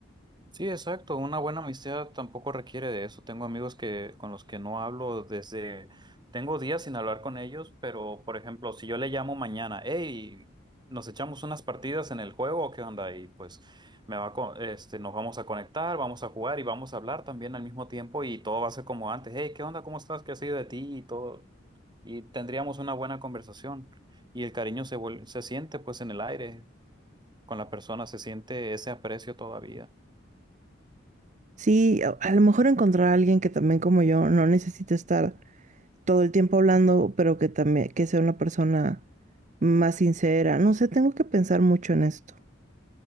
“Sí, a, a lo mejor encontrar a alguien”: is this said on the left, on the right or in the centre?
Right